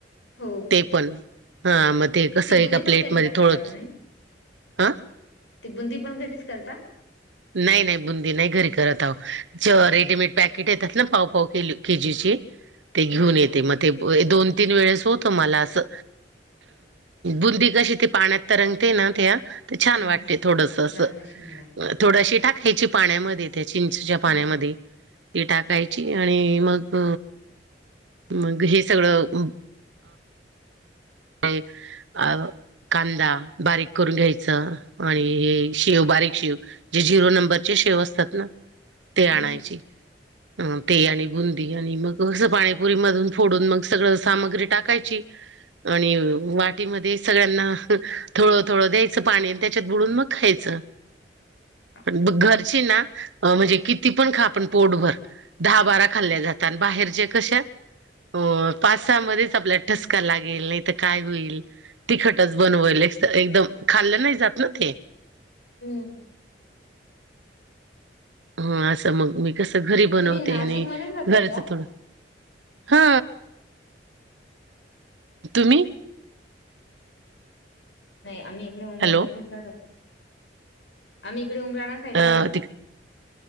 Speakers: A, on the left; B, on the right.
A: हो.
B: ते पण हा मग ते कसं
A: ती
B: एका
A: बुंदी पण
B: प्लेटमध्ये
A: घरी करता
B: थोडं
A: का तुम्ही
B: हा
A: ती बुंदी पण घरीच करता.
B: नाही नाही बुंदी नाही घरी करत आहो ज रेडीमेड पॅकेट येतात ना पावपाव के केजीची ते घेऊन
A: अच्छा
B: येते मग ते दोन तीन वेळेस होत मला असं. बुंदी कशी ती पाण्यात तरंगते ना ते तर छान
A: हम्म
B: वाटते थोडस असं.
A: <inaudible>
B: थोडशी टाकायची पाण्यामध्ये त्या चिंचच्या पाण्यामध्ये
A: हम्म
B: ती टाकायची आणि मग. मग हे सगळं. ते अ. कांदा बारीक करून घ्यायच आणि हे शेव बारीक शेव. जे झिरो नंबरचे शेव असतात ना ते
A: हम्म
B: आणायची. अ ते आणि बुंदी आणि मग अस पाणीपुरी मधून फोडून मग सगळं सामग्री टाकायची. आणि वाटीमध्ये सगळ्यांना थोडं थोडं द्यायचं पाणी आणि त्याच्यात बुडून मग खायचं.
A: अच्छा!
B: घरची ना म्हणजे किती पण खा आपण पोटभर. दहा बारा खाल्ल्या जातात बाहेरचे कश्या हो पासामध्येच आपल्याला ठसका लागेल नाही तरर काय होईल. तिखटच बनवाईल
A: हो
B: एकदम खाल्लं नाही जात ना ते.
A: हम्म
B: हा असं मग मी कस घरी बनवते
A: तुम्ही नाशिकमध्येच
B: आणि
A: राहतात
B: घराच
A: का
B: थोडं. हा तुम्ही.
A: नाही आम्ही इकडे उमराना
B: हॅलो
A: साहितला राहतो आम्ही इकडे उमराांना साईितला
B: अ
A: राह म्हट.
B: तिक-